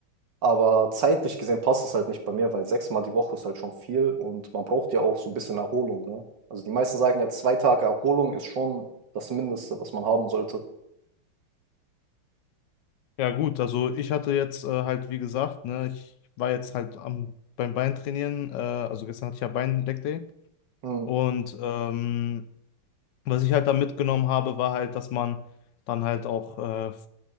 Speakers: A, on the right; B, on the left.
A: Aber zeitlich gesehen passt das halt nicht bei mir, weil sechsmal die Woche ist halt schon viel und man braucht ja auch so ein bisschen Erholung, ne? Also die meisten sagen ja, zwei Tage Erholung ist schon das Mindeste, was man haben sollte.
B: Ja gut, also ich hatte jetzt äh, halt, wie gesagt, ne, ich war jetzt halt am, beim Beintrainieren, äh, also gestern hatte ich ja Bein-Leg Day.
A: Hm.
B: Und ähm, was ich halt da mitgenommen habe, war halt, dass man dann halt auch äh,